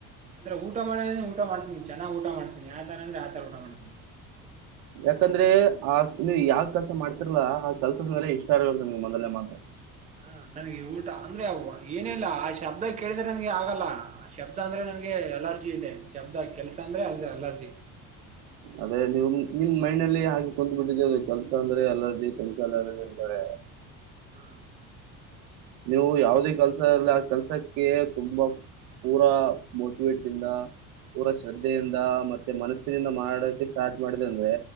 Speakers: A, on the right (about 20°); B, on the right (about 90°).
A: ಅಂದ್ರೆ ಊಟ ಮಾಡ ಊಟ ಮಾಡ್ತ ಚೆನ್ನ್ಊಟ ಮಾಡ್ತನಿ ಆ ತರ ಅ್ರೆ ಆ ತರಊ ಮಾಡ್ತನಿ
B: ಯಾಕಂದ್ರೆ ಆ ಯಾವ ಕೆಲಸ ಮಾಡ್ತಿರ್ಲಾ ಆ ಕೆಸದ ಮೇಲೆ ಇಷ್ಟ ಇರ್ಬೇಕ ನಿಮ ಮೊದಲೇ ಮಾತಾ
A: ಹ ನನಗೆ ಊಟ ಅಂದ್ರೆ ಏನಿಲ್ಲ ಆ ಶಬ್ದ ಕೇಳಿದ್ರೆ ನನ್ಗೆ ಆಗಲ್ಲ ಆ ಶಬ್ದ ಅಂದ್ರೆ ನನ್ಗೆ ಗೆ ಅಲರ್ಜಿ ಇದೆ ಶಬ್ದ ಕೆಲ್ಸ ಅಂದ್ರೆ ಅ ಅಲರ್ಜಿ
B: ಅದೇ ನೀವು ನಿಮ್ ಮೈಂಡ್ ಅಲ್ಲಿ ಹಾಗೆ ಕುತ್ ಬಿಿಟ್ಟಿದೆೆ ಅದು ಕೆಲ್ಸ ಅಂದ್ರೆ ಎಲ್ಲದಿ ಕೆಲ್ಸ ಅಲ್ಲಿ ಅಂತಾರೆೆ
A: ಹ್ಮ
B: ನೀವು ಯಾವದೇ ಕೆಲ್ಸ ಅಲ್ಲ ಆ ಕೆಲ್ಸಕ್ಕೆ ತುಂಬಾ ಪೂಾ ಮೋಟವೇಟ್ ಇಿಂದ ಪಊರ ಶ್ರದ್ಧೆಯಿಂದ ಮತ್ತೆ ಮನಸ್ಸಿನಿಂದ ಮಾಡಾಡೋಕ ಸ್ಟಾರ್ಟ್ ಮಾಡಿದೆ ಅಂದ್ರೆ